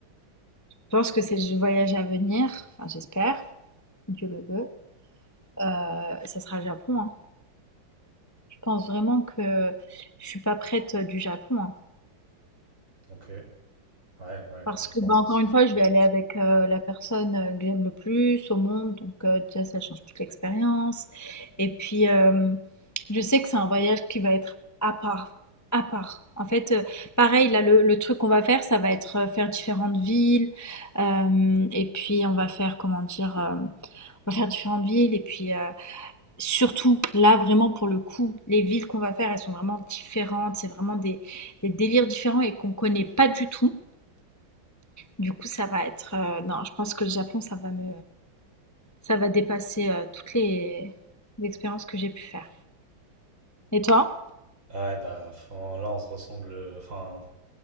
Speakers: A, on the left; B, on the right.
A: Je pense que c'est le voyage à venir, enfin j'espère, Dieu le veut. Euh, ça sera le Japon. hein. Je pense vraiment que je suis pas prête euh, du Japon. hein.
B: Ok, ouais, ouais, ouais,
A: Parce
B: je
A: que,
B: pense
A: bah, encore
B: aussi.
A: une fois, je vais aller avec, heu, la personne, heu, que j'aime le plus au monde, donc heu, déjà ça change toute l'expérience et puis, hem, je sais que c'est un voyage qui va être à part à part. En fait, heu, pareil là, le le truc qu'on va faire, ça va être, heu, faire différentes villes, hem et puis on va faire, comment dire? Hem, on va faire différentes villes et puis, heu, surtout là, vraiment pour le coup, les villes qu'on va faire, elles sont vraiment différentes. C'est vraiment des des délires différents et qu'on connaît pas du tout. Du coup, ça va être, heu, non, je pense que le Japon, ça va me ça va dépasser, heu, toutes les les expériences que j'ai pu faire. Et toi?
B: Ouais, bah, enfin, là, on se ressemble, euh, enfin,